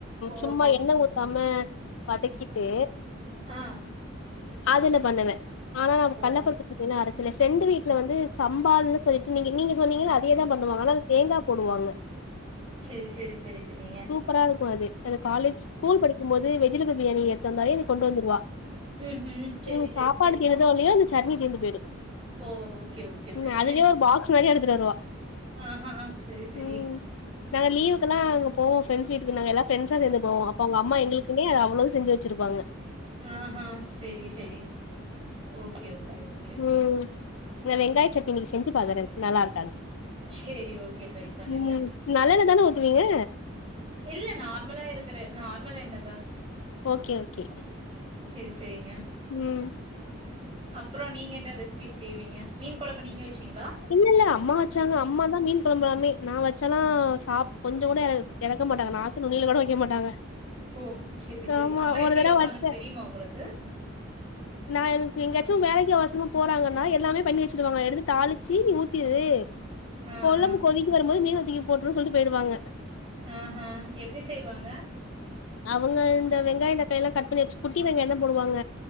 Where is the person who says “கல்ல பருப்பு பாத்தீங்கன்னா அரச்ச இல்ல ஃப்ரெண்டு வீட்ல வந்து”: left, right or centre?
Left